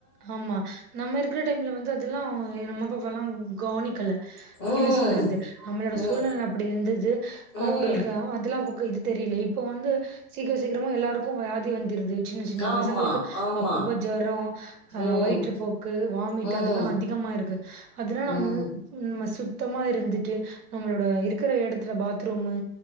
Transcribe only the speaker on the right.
ஆமா நம்ம இருக்ற டைம்ல வந்து அதெலா நம்ம பலாம் கவுனிக்கல
என்ன சொல்றது நம்ளோட சூழ்நெல
அப்டி இருந்தது
அவங்களுக்கு அதெல்லா இது தெரியலப் இப்போ வந்து சீக்கிர சீக்கிரமா எல்லாருக்கு <unintelligible> வியாதி வந்திருது சின்ன சின்ன
பசங்களுக்கு
அப்பப்போ ஜொரோம்
வயிற்றுப்போக்கு வாமிட்
அதெலா அதிகமா இருக்கு அதெலா நம்ம
நம்ம சுத்தமா இருந்துட்டு நம்ளோட இருக்குற எடத்துல பாத்ரூமு